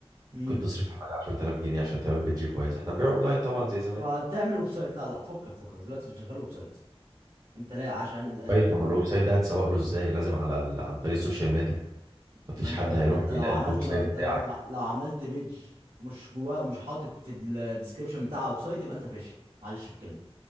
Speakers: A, on the right; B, on the right.
A: امم
B: ممكن تصرف حوالي 10000 جنيه عشان تعمل بيدج كويس احنا بنبيع اونلاين طبعا زي زمان
A: وهتعمل ويب سايت لا لا فكك فكك دلوقتي مش شغال ويب سايت انت لا عشان انت
B: كويس ما هو الويب سايت ده هتسوق له ازاي لازم على ال... عن طريق السوشيال ميديا مفيش
A: ما انت
B: حد هيروح
A: ما انت
B: يلاقي
A: لو عملت
B: الويب سايت
A: لو انت
B: بتاعك
A: لو, لو لو عملت بيج مش جواه مش حاطط في الديسكربشن بتاعها ويب سايت يبقى انت فاشل معلش في الكلمه